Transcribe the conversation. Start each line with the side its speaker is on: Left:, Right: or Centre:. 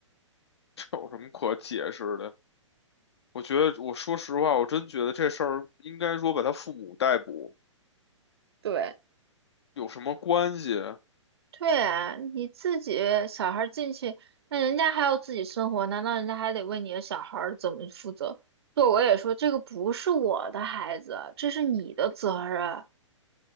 Left: <laughs> 这有什么可解释的？我觉得，我说实话，我真觉得这事儿应该说把他父母逮捕
Right: 对。
Left: 有什么关系？
Right: 对啊，你自己小孩儿进去，那人家还要自己生活，难道人家还得为你的小孩儿怎么负责？对，我也说这个不是我的孩子，这是你的责任。